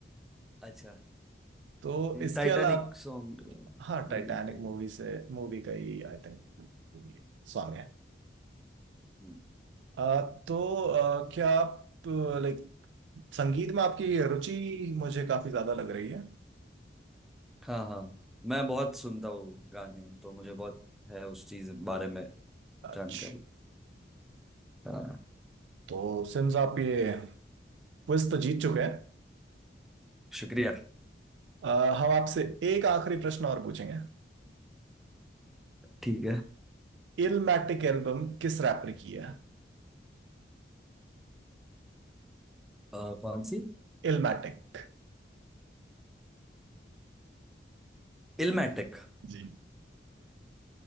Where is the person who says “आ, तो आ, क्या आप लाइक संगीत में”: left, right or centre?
Right